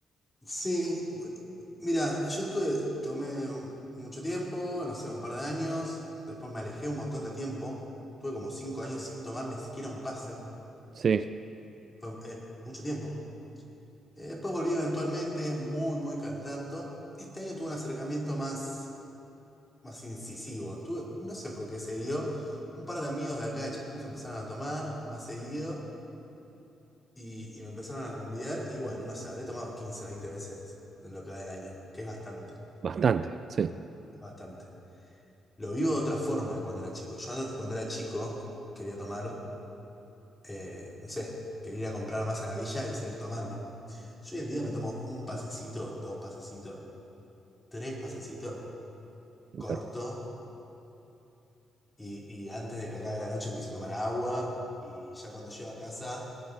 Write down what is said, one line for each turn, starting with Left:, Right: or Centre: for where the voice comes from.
Left: sí, bu- mira, yo estuve, tomé un- mucho tiempo, no sé, un par de años, después me alejé un montón de tiempo, tuve como 5 años sin tomar ni siquiera un pase,
Right: Sí,
Left: fue eh, mucho tiempo. Eh, después volví eventualmente, muy, muy cada tanto. Este año tuve un acercamiento más más incisivo. Tuve- no sé por qué se dio. Un par de amigos de acá de Chascomús empezaron a tomar más seguido y, y me empezaron a convidar. Y bueno, no sé, habré tomado 15 o 20 veces en lo que va del año, que es bastante,
Right: bastante, sí.
Left: es bastante. Lo vivo de otra forma de cuando era chico. Yo antes, cuando era chico quería tomar, eh, no sé, quería ir a comprar más a la villa y seguir tomando. Yo hoy en día me tomo un pasecito, dos pasecitos, tres pasecitos, corto
Right: Exacto.
Left: Y, y antes de que acabe la noche empiezo a tomar agua y ya cuando llego a casa